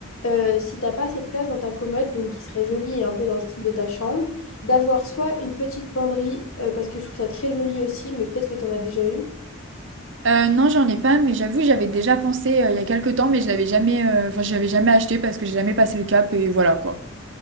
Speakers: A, on the left; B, on the right.
A: euh, si t'as pas assez de place dans ta commode, donc qui serait jolie et un peu dans le style de ta chambre, d'avoir soit une petite penderie, euh, parce que je trouve ça très joli aussi, mais peut-être que tu en as déjà une.
B: Euh, non, j'en ai pas, mais j'avoue, j'avais déjà pensé euh, il y a quelques temps, mais je l'avais jamais, euh, enfin, je l'avais jamais acheté parce que j'ai jamais passé le cap et voilà quoi.